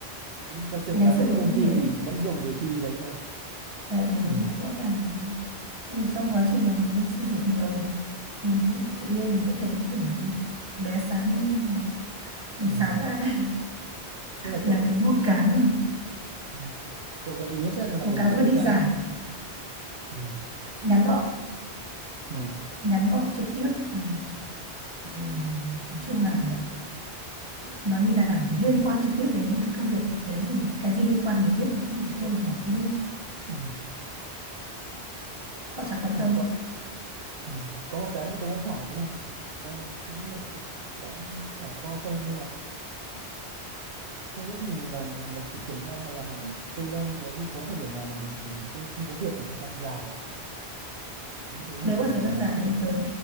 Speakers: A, on the right; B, on the right.
A: lúc ra trường
B: ngày
A: làm
B: xưa
A: mỗi
B: tớ
A: một công
B: cũng như
A: ty
B: thế
A: thì
B: đấy
A: vẫn dùng cái CV đấy thôi
B: Ờ, ừ,
A: ừ.
B: rõ ràng ừ, trong quá trình mà mình đi xin việc nhiều thì, thì tự nhiên mình sẽ thấy kiểu lóe sáng lên mình
A: Ừ.
B: sáng ra
A: tức là
B: là
A: cậu
B: cứ một cái mà
A: ừ. cậu gợi ý sẽ là
B: một
A: mình
B: cái
A: sẽ
B: mà
A: viết
B: đi
A: ngắn
B: dài
A: ừ.
B: ngắn gọn
A: Ừ.
B: ngắn gọn trực tiếp và à, nói chung là
A: Đã-
B: nó như là liên quan trực tiếp đến những cái công việc đấy thì cái gì liên quan thì mình viết cũng không gì thôi mình bỏ đi
A: Ừ.
B: họ chẳng quan
A: À,
B: tâm
A: cậu ừ. có một cái nữa tôi muốn hỏi cái này thì ra thì không biết là cậu có trải qua không Mà lúc mình làm mình, mình phải chuyển sang là làm hẳn freelance đấy thì có thời điểm nào mà mình mình không không có việc mà thời gian dài lúc đấy
B: nếu
A: thì mình
B: mà thời gian
A: làm
B: dài
A: cái
B: thì
A: này
B: tớ